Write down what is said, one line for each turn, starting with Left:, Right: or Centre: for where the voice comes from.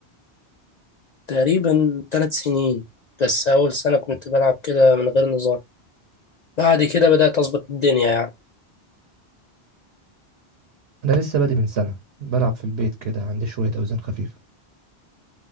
Left: تقريبا ثلاث سنين بس اول سنه كنت بلعب كده من غير نظام بعد كده بدات اظبط الدنيا يعني
Right: انا لسه بادئ من سنة بلعب في البيت كده عندي شوية اوزان خفيفة